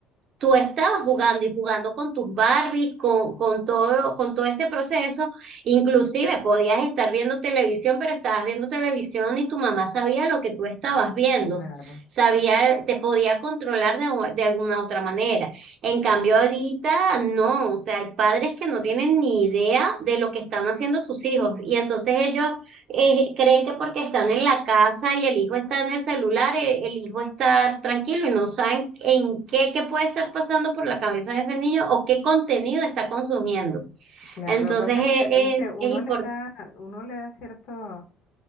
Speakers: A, on the right; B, on the left.
A: tú estabas jugando y jugando con tus Barbies, con, con todo, con todo este proceso. Inclusive podías estar viendo televisión, pero estabas viendo televisión y tu mamá sabía lo que tú estabas viendo.
B: Claro,
A: Sabía, te podía controlar de, u- de alguna otra manera. En cambio, ahorita no, o sea, hay padres que no tienen ni idea de lo que están haciendo sus hijos y entonces ellos eh, creen que porque están en la casa y el hijo está en el celular, e- el, hijo está tranquilo y no saben en qué, qué puede estar pasando por la cabeza de ese niño o qué contenido está consumiendo.
B: claro.
A: Entonces
B: Lo que pasa
A: eh,
B: es que este,
A: es,
B: uno
A: es importante.
B: le da, uno le da cierto